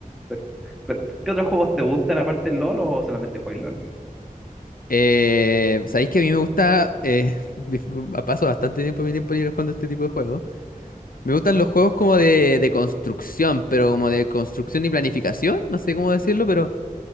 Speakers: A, in the centre; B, on the left.
A: Pero- pero, ¿qué otros juegos te gustan aparte del LOL o solamente juegas LOL?
B: Eh, sabéis que a mí me gusta, eh, <laughs> paso bastante tiempo de mi tiempo libre jugando este tipo de juegos. Me gustan los juegos como de, de construcción, pero como de construcción y planificación, no sé cómo decirlo, pero...